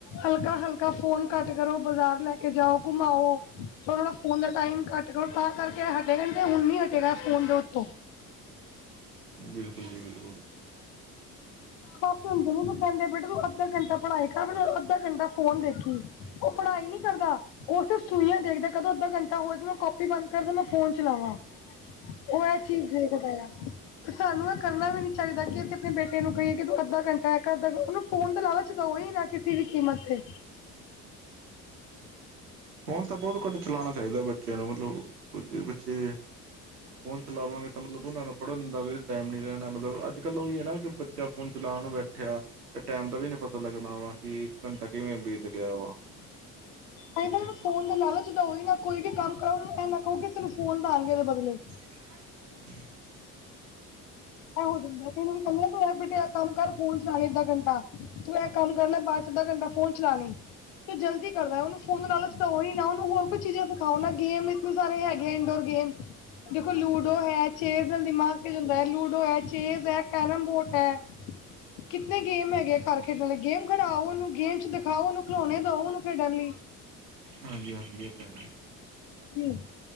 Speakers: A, on the left; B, on the right.
A: ਹਲਕਾ-ਹਲਕਾ ਫੋਨ ਘੱਟ ਕਰੋ ਬਜ਼ਾਰ ਲੈ ਕੇ ਜਾਓ ਘੁਮਾਓ। ਥੋੜਾ ਫੋਨ ਦਾ ਟਾਈਮ ਘੱਟ ਕਰੋ ਤਾਂ ਕਰਕੇ ਹਟੇਗਾ ਤੇ ਹੁਣ ਨੀ ਹਟੇਗਾ ਹੈ ਫੋਨ ਦੇ ਉੱਤੋਂ।
B: ਬਿਲਕੁਲ ਜੀ ਬਿਲਕੁਲ।
A: ਪਾਪ ਹੁੰਦੇ ਨੇ ਜੋ ਕੈੰਦੇ ਐ ਬੇਟੇ ਤੂੰ ਅੱਧਾ ਘੰਟਾ ਪੜ੍ਹਾਈ ਕਰ ਫਿਰ ਅੱਧਾ ਘੰਟਾ ਫੋਨ ਦੇਖੀ। ਓਹ ਪੜ੍ਹਾਈ ਨੀ ਕਰਦਾ ਉਹ ਸਿਰਫ ਸੂਈਆਂ ਦੇਖਦਾ। ਕਦੋਂ ਅੱਧਾ ਘੰਟਾ ਹੋਏ ਤੇ ਮੈਂ ਕਾਪੀ ਬੰਦ ਕਰਦਾ ਮੈਂ ਫੋਨ ਚਲਾਵਾਂ। ਉਹ ਐਹ ਚੀਜ਼ ਵੇਖਦਾ ਆ ਤੇ ਸਾਨੂੰ ਐ ਕਰਨਾ ਵੀ ਨੀ ਚਾਹੀਦਾ ਕਿ ਅਸੀੇ ਅਪਣੇ ਬੇਟੇ ਨੂੰ ਕਈਏ ਦੇਖੋ ਅੱਧਾ ਘੰਟਾ ਇੱਕ ਅੱਧਾ ਓਹਨੂੰ ਫੋਨ ਦਾ ਲਾਲਾਚ ਛੜੋਈ ਹੀ ਨਾ ਕਿਸੀ ਵੀ ਕੀਮਤ ਤੇ।
B: ਫੋਨ ਤਾਂ ਬੌਤ ਘੱਟ ਚਲਾਣਾ ਚਾਹੀਦੇ ਬੱਚਿਆਂ ਨੂੰ ਮਤਲਬ ਦੂਜੇ ਬੱਚੇ ਫੋਨ ਚਲਾਵਾਂਗੇ ਤਾਂ ਮਤਲਬ ਉਹਨਾ ਨੂੰ ਪੜ੍ਹਨ ਦਾ ਵੀ ਟਾਈਮ ਨੀ ਰੈਣਾ ਮਤਲਬ ਅੱਜ-ਕੱਲ ਓਹੀ ਹੈ ਨਾ ਕਿ ਬੱ ਜਬ ਫੋਨ ਚਲਾਣ ਨੂੰ ਬੈਠਿਆ ਤੇ ਟਾਈਮ ਦਾ ਵੀ ਨੀ ਪਤਾ ਲੱਗਣਾ ਵਾ ਕਿ ਘੰਟਾ ਕਿਵੇਂ ਬੀਤ ਗਿਆ ਵਾ।
A: ਸਗੋ
B: ਕਿੱਥੇ
A: ਔਨੂੰ ਫੋਨ ਦਾ ਲਾਲਚ ਦਓ ਹੀ ਨਾ ਕੋਈ ਵੀ ਕੰਮ ਕਰ ਆਹ ਨਾ ਕਹੋ ਕਿ ਤੈਨੂੰ ਫੋਨ ਦਵਾਂਗੇ ਇਹਦੇ ਬਦਲੇ।
B: <unintelligible>
A: ਹੈ ਹੋ ਜਾਂਦਾ ਉਨਾਂ ਨੂੰ ਕਹੀਏ ਤੂੰ ਹੈ ਬੇਟੇ ਦਾ ਕੰਮ ਕਰ ਫੋਨ ਚਲਾਲੀ ਅੱਧਾ ਘੰਟਾ ਤੂੰ ਹੈ ਕੰਮ ਕਰ ਲੈ ਬਾਅਦ ਚ ਅੱਧਾ ਘੰਟਾ ਫੋਨ ਚਲਾ ਲਈ। ਤੇ ਜਲਦੀ ਕਰਦਾ ਉਹਨੂੰ ਫੋਨ ਦਾ ਲਾਲਚ ਦਓ ਹੀ ਨਾ ਔਨੂੰ, ਹੋਰ ਕੁਝ ਚੀਜ਼ਾਂ ਸਿਖਾਓ ਨਾ ਗੇਮ ਇਤਨੀ ਸਾਰੀ ਹੈਗੇ ਹੈ ਇੰਡੋਰ ਗੇਮ। ਦੇਖੋ ਲੂਡੋ ਹੈ ਚੇਜ ਨਾਲ ਦਿਮਾਗ ਤੇਜ ਹੁੰਦਾ। ਲੂਡੋ ਲੂਡੋ ਹੈ, ਚੇਜ਼ ਹੈ, ਕੈਰਮ ਬੋਟ ਹੈ। ਕਿੰਤਨੇ ਗੇਮ ਹੈਗੇ ਆ ਘਰ ਖੇਡਣ ਲਈ। ਗੇਮ ਖੜਾਓ ਓਨੂੰ ਗੇਮ ਚ ਦਿਖਾਓ ਉਹਨੂੰ ਖਿਲੋਣੇ ਦਓ ਓਨੂੰ ਖੇਡਣ ਲਈ।
B: ਹਾਂਜੀ ਹਾਂਜੀ, ਏ ਤਾਂ ਹੈ।
A: ਜੀ